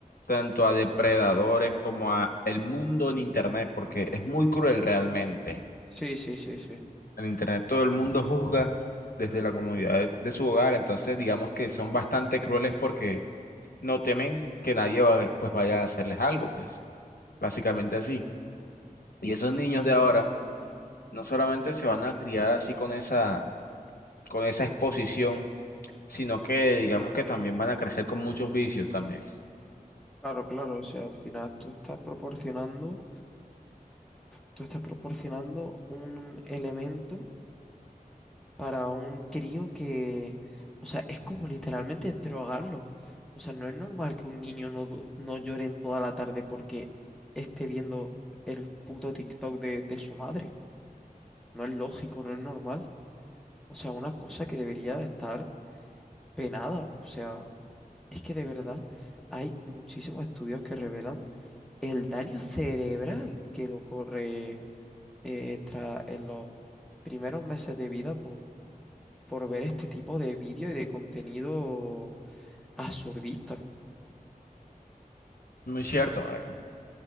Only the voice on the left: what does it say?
tanto a depredadores como a el mundo en internet, porque es muy cruel realmente.
En internet todo el mundo juzga desde la comodidad de, de su hogar, entonces digamos que son bastante crueles porque no temen que nadie va- pues vaya a hacerles algo, pues básicamente así. Y esos niños de ahora no solamente se van a criar así con esa, con esa exposición, sino que digamos que también van a crecer con muchos vicios también.
Muy cierto, marica.